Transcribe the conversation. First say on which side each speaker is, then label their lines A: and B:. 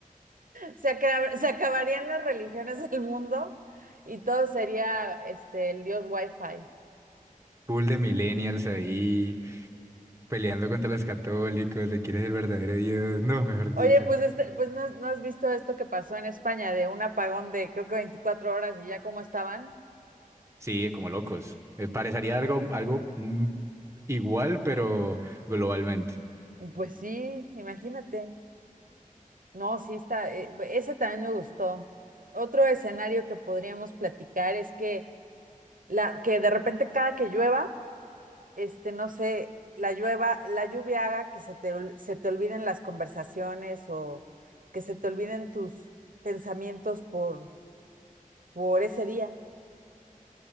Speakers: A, on the right; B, on the right.
A: Se, acra- se acabarían las religiones del mundo y todo sería este el dios Wi-Fi.
B: full de millennials ahí, peleando contra los católicos, de quién es el verdadero Dios. No, mejor
A: Oye,
B: dicho.
A: pues este, pues no, has no has visto esto que pasó en España de un apagón de creo que 24 horas y ya cómo estaban.
B: Sí, como locos. Me parecería algo, algo mm, igual, pero globalmente.
A: Pues sí, imagínate. No, sí está, eh, ese también me gustó. Otro escenario que podríamos platicar es que la que de repente cada que llueva este, no sé, la llueva, la lluvia haga que se te, ol- se te olviden las conversaciones o que se te olviden tus pensamientos por, por ese día.